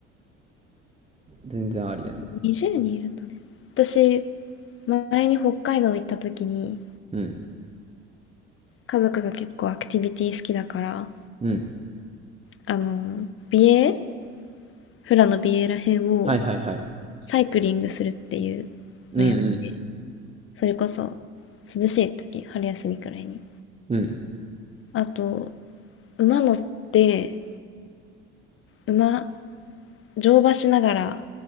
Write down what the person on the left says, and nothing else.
20人いるとね。私、前に北海道行った時に、
家族が結構アクティビティ好きだから、
あの、美瑛、フラの美瑛らへんを
サイクリングするっていうのやって、
それこそ涼しい時、春休みくらいに。
あと、馬乗って、馬、乗馬しながら